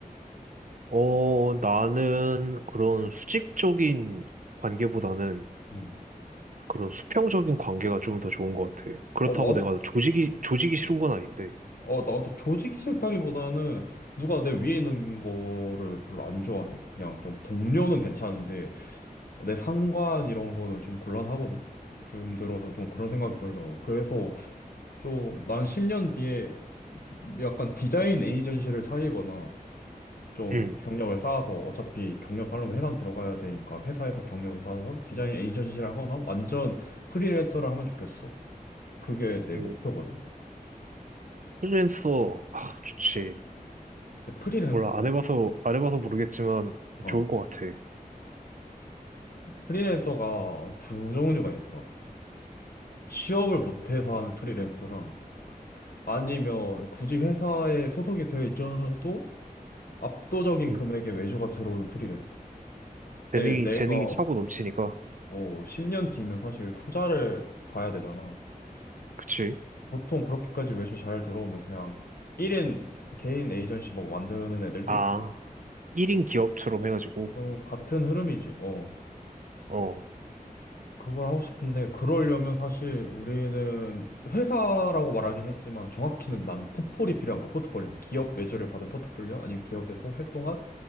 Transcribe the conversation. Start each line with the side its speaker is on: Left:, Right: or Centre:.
Right: 어, 나는 그런 수직적인 관계보다는
Left: 응.
Right: 그런 수평적인 관계가 좀 더 좋은 것 같아. 그렇다고
Left: 어, 마,
Right: 내가 조직이, 조직이 싫은 건 아닌데.
Left: 어, 나도 조직이 싫다기보다는 누가 내 위에 있는 거를 별로 안 좋아해. 그냥 좀 동료는 괜찮은데 내 상관 이런 거는 좀 곤란하거든. 요즘 들어서 좀 그런 생각이 들더라고. 그래서 좀 난 10년 뒤에 약간 디자인 에이전시를 차리거나 좀
Right: 응,
Left: 경력을 쌓아서 어차피 경력 살려면 회사 들어가야 되니까 회사에서 경력을 쌓아서 디자인 에이전시를 하거나 완전 프리랜서를 하면 좋겠어. 그게 내
Right: 응.
Left: 목표거든.
Right: 프리랜서, 아, 좋지.
Left: 근데 프리랜서가
Right: 몰라, 안 해봐서, 안 해봐서 모르겠지만
Left: 어
Right: 좋을 것 같아.
Left: 프리랜서가 두 종류가 있어. 취업을 못해서 하는 프리랜서랑 아니면 굳이 회사에 소속이 되어 있어도 압도적인
Right: 음,
Left: 금액의 외주가 들어오는 프리랜서. 근데
Right: 재능이,
Left: 내가
Right: 재능이 차고 넘치니까.
Left: 어, 10년 뒤면 사실 투자를 봐야 되잖아.
Right: 그치?
Left: 보통 그렇게까지 외주 잘 들어오면 그냥 1인 개인 에이전시 막 만드는 애들도
Right: 아,
Left: 있고.
Right: 1인 기업처럼 해가지고.
Left: 그 같은 흐름이지. 어.
Right: 어,
Left: 그걸 하고 싶은데 그러려면 사실 우리는 회사라고 말하긴 했지만 정확히는 나는 포폴이 필요한 거야. 포트폴리오. 기업 외주를 받은 포트폴리오 아니면 기업에서 활동한